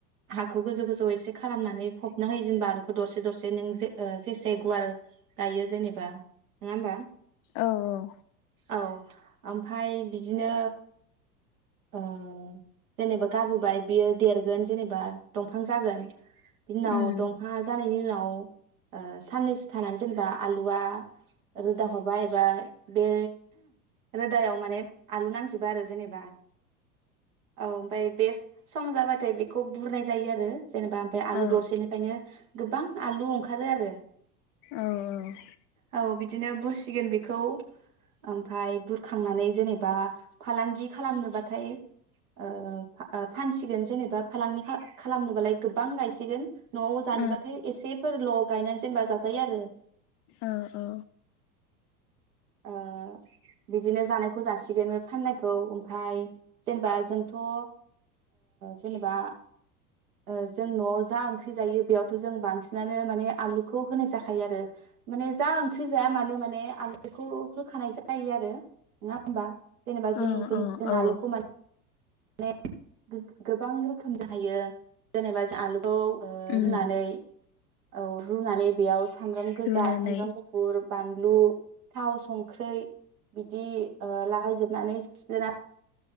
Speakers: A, on the right; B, on the left.
A: हाखौ गोजौ गोजौ एसे खालामनानै फबना होयो जेनबा दरसे दरसे नों जे जेसे गुवार गायो जेनेबा नङा होमबा।
B: औ औ
A: औ ओमफाय दिनो ओ जेनेबा गाबोबाय बियो देरगोन जेनेबा दंफां जागोन। बिनि उनाव
B: उम
A: दंफा जानायनि उनाव औ साननैसो थानानै जेनेबा आलुआ रोदा हरबा एबा बे रोदायाव माने आलु नांजोबा आरो जेनेबा औ ओमफाय बेस सम जाबाथाय बेखौ बुरनाय जायो आरो। जेनेबा ओमफाय आलु
B: औ
A: दरसेनिफायनो गोबां आलु ओंखारो आरो।
B: औ औ।
A: औ बिदिनो बुरसिगोन बेखौ ओमफ्राय बुरखांनानै जेने बा फालांगि खालामनोबाथाय ओ ओ फा-फानसिगोन जेनेबा फालांगि खालामनोबालाय गोबां गायसिगोन न'आव जानोबाथाय
B: औ
A: एसेफोरल' गायनानै जेनेबा जाजायो आरो।
B: औ औ।
A: ओ बिदिनो जानायखौ जासि बिदिनो फाननायखौ ओमफाय जेनेबा जोंथ' ओ जेनबा ओ जों जा ओंख्रि जायो बांसिनानो आलुखौ होनाय जाखायो आरो माने जा ओंख्रि जाया मानो माने आलु बेखौ होखानाय जायो आरो ना होमबा? जेनेबा जों
B: औ
A: जों
B: औ
A: जों
B: औ
A: आलुखौ माने माने गो-गोबां रोखोम जाहैयो जेनेबा ज आलु खौ ओ
B: उम
A: रुनानै औ रुनानै बेयाव सामब्राम गोजा,
B: रुनानै
A: सामब्राम गुफुर बानलु, थाव, संख्रै बिदि ओ लागायजोबनानै सिफ्लेनानै